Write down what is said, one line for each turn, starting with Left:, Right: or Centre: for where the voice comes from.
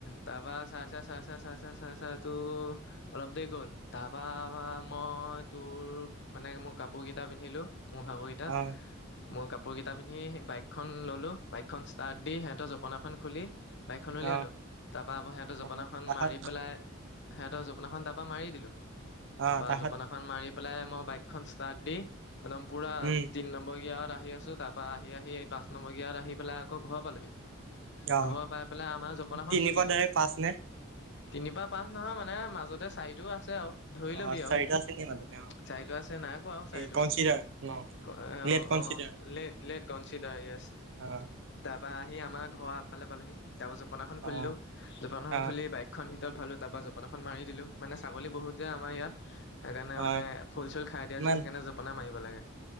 Left: তাপা চাই চাই চাই চাই চাই চাই তো অলপ দেৰি গ'ল, তাৰপা মই তোৰ মানে মোৰ কাপোৰকেইটা পিন্ধিলোঁ, মোৰ ভাগৰকেইটা,
Right: অ
Left: মই কাপোৰ কেইটা পিন্ধি বাইকখন ললো, বাইকখন ষ্টাৰ্ট দি সিহঁতৰ জপনাখন খুলি বাইকখন
Right: অ
Left: উলিয়ালো। তাৰপৰা আকৌ সেহঁতৰ জপনা
Right: অ
Left: এখন
Right: তাহাত
Left: মাৰি পেলাই সেহঁতৰ জ জপনাখন তাৰপা মাৰি দিলো,
Right: অ
Left: তাৰপা
Right: তাহাত
Left: জপনাখন মাৰি পেলাই মই বাইকখন ষ্টাৰ্ট দি উদম পোৰা
Right: উম
Left: তিনি নম্বৰ গেৰেত আহি আছো, তাৰ পৰা আহি আহি এই পাঁচমৰ ইয়াত আহ পেলাই আকৌ ঘৰ পালোহি।
Right: অ
Left: ঘৰ পাই পেলাই আমাৰ জপনাখন
Right: তিনিৰ
Left: খুন্দিলো
Right: পৰা ডাইৰেক্ট পাঁচ নে
Left: তিনি পা পাঁচ নহয় মানে মাজতে চাৰিটো আছে আৰু। ধৰি
Right: অ
Left: লবি
Right: চাৰিটা
Left: আৰু,
Right: শ্ৰেণীৰ মাজতে অ
Left: চাইটো আছে নাই কোৱা আৰু চাইটো।
Right: এই কনচিডাৰ ন
Left: অ
Right: লেট consider
Left: অ late late consider yes.
Right: অ।
Left: বা আহি আমাৰ ঘৰ আগফালে পালোহি, তাৰপৰা জপনা
Right: অ
Left: খুলিলো, জপনা
Right: অ
Left: খুলি বাইকখন ভিত তত ভৰালো, তাৰপৰা জপনা এখন মাৰি দিলোঁ, মানে ছাগলী বহুত যে আমাৰ ইয়াত। সেইকাৰণে
Right: অ
Left: মানে ফুল চুল খাই দিয়ে
Right: কিমান
Left: যে সেইকাৰণে জপনা মাৰিব লাগে।